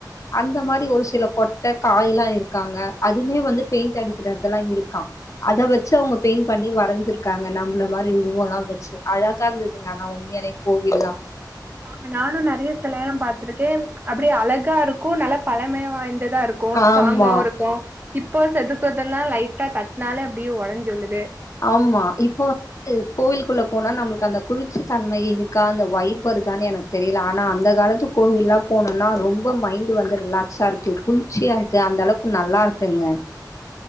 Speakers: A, on the left (about 45°); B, on the right (about 25°).
A: அந்த மாரி ஒரு சில கொட்ட காய்லா இருக்காங்க அதுமே வந்து பெயிண்ட் அடிக்கிறதெல்லா இருக்கா அத வெச்சி அவுங்க பெயிண்ட் பண்ணி வரைஞ்சிரு இருக்காங்க நம்மள மாரி உருவம்லா வெச்சி அழகா இருந்ததுங்க ஆனா உண்மையாலே கோவில்லா
B: ஆமா நானு நெறைய செல எல்லா பாத்துருக்கேன் அப்டி அழகா இருக்கு நல்லா பழமை வாய்ந்ததா இருக் க்கு ஸ்ட்ராங்காவு
A: ஆமா
B: இருக்கு இப்போ செதுப்பதெல்லா லைட்டா தட்டனாலே அப்டியே ஒடஞ்சி உலுது
A: ஆமா இப்போ க்கு கோவில் குள்ள போனா நம்மளுக்கு அந்த குளிர்ச்சி தன்மை இருக்கா அந்த வைபர் தா எனக் தெரில ஆனா அந்த காலத்து கோவில்லா போனோம்னா ரொம்ப மைண்ட் வந்து ரிலாக்ஸா இருக்கு குளிர்ச்சியா இருக்கு அந்த அளவு க்கு நல்லா இருக்குங்க